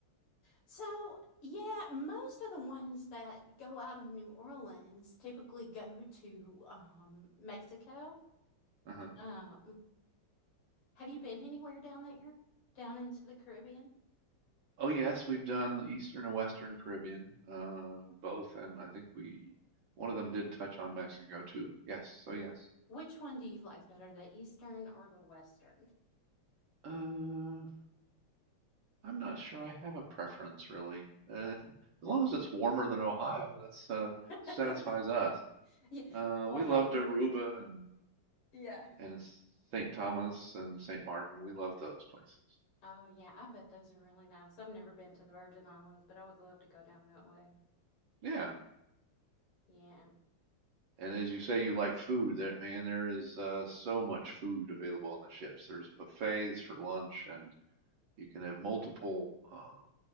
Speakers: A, on the left (about 85°); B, on the right (about 65°).
A: So, yeah, most of the ones that go out of New Orleans typically go to um, Mexico.
B: Uh-huh.
A: Um, Have you been anywhere down there? Down into the Caribbean?
B: Oh yes, we've done the Eastern and Western Caribbean, uh, both, and I think we one of them did touch on Mexico too. Yes, so yes.
A: Which one do you like better, the Eastern or the Western?
B: Uh, I'm not sure I have a preference really. Uh, <laughs> as long as it's warmer than Ohio, that's uh,
A: <laughs>
B: satisfies us.
A: Yeah.
B: Uh,
A: Well,
B: we loved
A: hey, when
B: Aruba
A: you
B: and
A: Yeah.
B: and St. Thomas and St. Martin. We love those places.
A: Oh yeah, I bet those are really nice. I've never been to the Virgin Islands, but I would love to go down that way.
B: Yeah,
A: Yeah.
B: and as you say, you like food. There, man, there is uh, so much food available on the ships. There's buffets for lunch and You can have multiple uh,